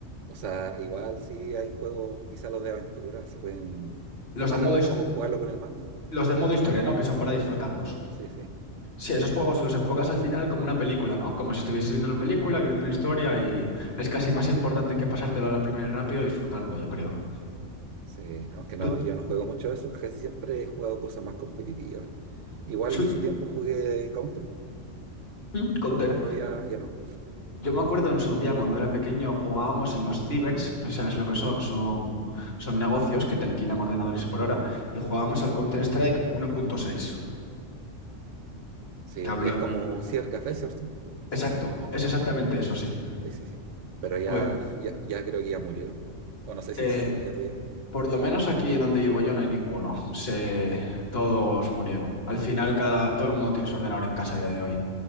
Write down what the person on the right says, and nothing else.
o sea, igual sí hay juegos, quizá los de aventura, se pueden,
es más
relajado
jugarlo con el mando.
Sí, sí.
Sí, aunque no,
yo no juego mucho de eso, casi siempre he jugado cosas más competitivas. Igual
en su tiempo jugué Counter,
pero ya, ya no,
claro.
Sí,
es como un cibercafé, ¿cierto?
Oh,
sí, sí, sí. Pero ya,
ya, ya creo que ya murieron. O no sé si
existen allá todavía.